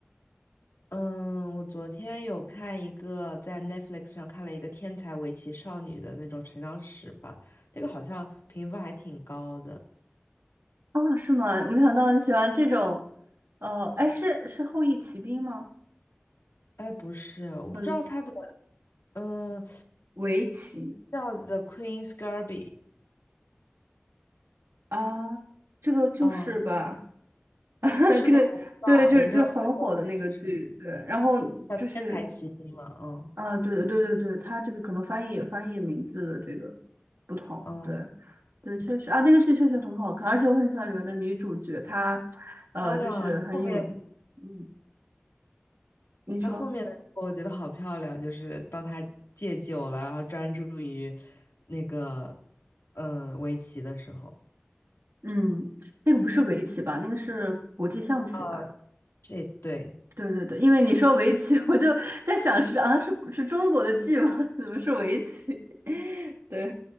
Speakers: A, on the left; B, on the right.
A: <laughs> 嗯，我昨天有看一个在 Netflix 上看了一个天才围棋少女的那种成长史吧，那个好像评分还挺高的。
B: 哦，是吗？没想到你喜欢这种，呃，哎，是是《后翼骑兵》吗？
A: 哎，不是，我不知道它的，
B: 呃，
A: 嗯。
B: 围棋。
A: 叫 The Queen's g a r b i t
B: 啊，这个就是吧，
A: 嗯，
B: <laughs>
A: 是吗？
B: 这个对，
A: 我不知道，
B: 这这很火的那个剧，
A: 我不知道它的中文是什么，
B: 对，然后就是
A: 叫《天才奇兵》嘛，嗯
B: 啊，对对对对对，它这个可能翻译翻译名字的这个不同，
A: 嗯，
B: 对对，确实啊，那个剧确实很好看，而且我很喜欢里面的女主角，她呃，
A: 漂亮啊！
B: 就是很有，
A: 它后面
B: 嗯，你说，
A: 它后面的时候，我觉得好漂亮，就是当他戒酒了，然后专注于那个嗯围棋的时候，
B: 嗯，那个不是围棋吧，那个是国际象棋吧？
A: 呃 c h 对，
B: 对对对，因为你说围棋，<laughs> 我就在想是啊，是是中国的剧吗？<laughs> 怎么是围棋？<laughs> 对，